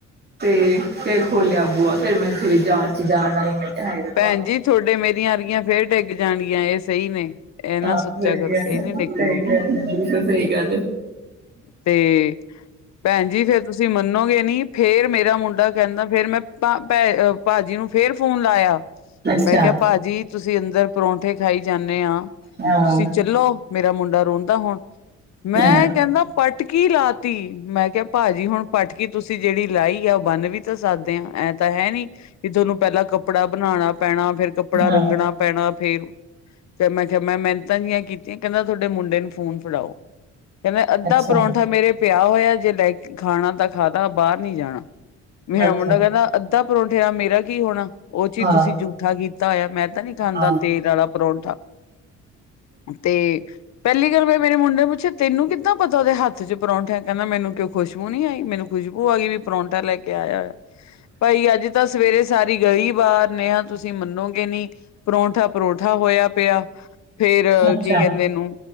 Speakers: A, on the right (about 35°); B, on the left (about 65°).
A: ਤੇ ਫੇਰ ਖੋਲਿਆ ਬੂਆ ਫਿਰ ਮੈ ਜਾਣ ਚ ਜਾਣ ਆਈ ਮੈਂ ਕਿਹਾ ਹਾਏ ਰੱਬਾ
B: ਭੈਣ ਜੀ ਤੁਹਾਡੇ ਮੇਰੀਆਂ ਅਰਗੀਆਂ ਫੇਰ ਡਿੱਗ ਜਾਣਗੀਆਂ ਇਹ ਸਹੀ ਨੇ। ਇਹ ਨਾ
A: ਆਹ
B: ਸੋਚਿਆ
A: ਸਰੀ
B: ਕਰੋ
A: ਸ <unintelligible>
B: ਇਹ ਨੀ ਡਿੱਗਣਗੀਆਂ।
A: ਆ ਸਹੀ ਗਲ ਏ।
B: ਤੇ ਭੈਣ ਜੀ ਫੇਰ ਤੁਸੀਂ ਮੰਨੋਗੇ ਨੀ ਫੇਰ ਮੇਰਾ ਮੁੰਡਾ ਕਹਿੰਦਾ ਫੇਰ ਮੈਂ ਭ ਭੈ ਭਾਜੀ ਨੂੰ ਫੇਰ ਫੋਨ ਲਾਇਆ।
A: ਅੱਛਾ
B: ਮੈਂ ਕਿਹਾ ਭਾਜੀ, ਤੁਸੀਂ ਅੰਦਰ ਪਰੌਂਠੇ ਖਾਈ ਜਾਂਦੇ ਆ
A: ਹਾਂ
B: ਤੁਸੀਂ ਚੱਲੋ ਮੇਰਾ ਮੁੰਡਾ ਰੋਂਦਾ ਹੁਣ ਮੈਂ
A: ਹਾਂ
B: ਕਹਿੰਦਾ ਪਟਕੀ ਲਾਤੀ। ਮੈਂ ਕਿਹਾ ਭਾਜੀ ਹੁਣ ਪਟਕੀ ਤੁਸੀਂ ਜਿਹੜੀ ਲਾਈ ਆ ਉਹ ਬੰਨ ਵੀ ਤਾਂ ਸਕ਼ਦੇ ਆ ਐਂ ਤਾਂ ਹੈ ਨੀ ਕਿ ਤੁਹਾਨੂੰ ਪਹਿਲਾਂ ਕੱਪੜਾ ਬਣਾਉਣਾ ਪੈਣਾ ਫੇਰ ਕੱਪੜਾ
A: ਹਾਂ
B: ਰੰਗਣਾ ਪੈਣਾ ਫੇਰ ਫੇ ਮੈਂ ਕਿਹਾ ਮੈਂ ਮਿਹਨਤਾਂ ਜਿਆਂ ਕੀਤੀਆਂ ਕਹਿੰਦਾ ਤੁਹਾਡੇ ਮੁੰਡੇ ਨੂੰ ਫੋਨ ਫੜਾਓ ਕੇਂਦਾ ਅੱਧਾ
A: ਅੱਛਾ
B: ਪਰੌਂਠਾ ਮੇਰੇ ਪਿਆ ਹੋਇਆ ਜੇ ਲੈ ਕ਼ ਖਾਣਾ ਤਾਂ ਖਾਦਾ ਬਾਹਰ ਨੀ ਜਾਣਾ ਮੇਰਾ
A: ਅੱਛਾ
B: ਮੁੰਡਾ ਕਹਿੰਦਾ ਅੱਧਾ ਪਰੌਂਠੇ ਨਾਲ ਮੇਰਾ ਕੀ ਹੋਣਾ? ਉਹ ਚੀਜ਼
A: ਹਾਂ
B: ਤੁਸੀਂ ਜੂਠਾ ਕੀਤਾ ਹੋਇਆ ਮੈਂ ਤਾਂ ਨਹੀਂ ਖਾਂਦਾ
A: ਹਾਂ
B: ਤੇਲ ਵਾਲਾ ਪਰੌਂਠਾ। ਤੇ ਪਹਿਲੀ ਗੱਲ ਮੈਂ ਮੇਰੇ ਮੁੰਡੇ ਨੂ ਪੁੱਛਿਆ ਤੈਨੂੰ ਕਿੱਦਾਂ ਪਤਾ ਉਹਦੇ ਹੱਥ ਚ ਪਰੌਂਠਾ ਏ ਕਹਿੰਦਾ ਮੈਨੂੰ ਕਿਉਂ ਖੁਸ਼ਬੂ ਨੀ ਆਈ ਮੈਨੂੰ ਖੁਸ਼ਬੂ ਆ ਗਈ ਵੀ ਪਰੌਂਠਾ ਲੈ ਕੇ ਆਇਆ ਹੋਇਆ ਭਾਈ ਅੱਜ ਤਾਂ ਸਵੇਰੇ ਸਾਰੀ ਗਈ ਵਾਰ ਨੇਹਾ ਤੁਸੀਂ ਮੰਨੋਗੇ ਨੀ। ਪਰੌਂਠਾ, ਪਰੌਂਠਾ ਹੋਇਆ ਪਿਆ ਫੇਰ
A: ਅੱਛਾ
B: ਕੀ ਕਹਿੰਦੇ ਨੂੰ